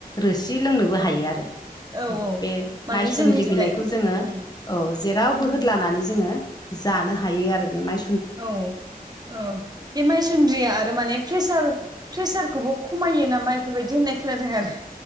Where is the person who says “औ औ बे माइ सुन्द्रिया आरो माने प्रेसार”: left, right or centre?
Right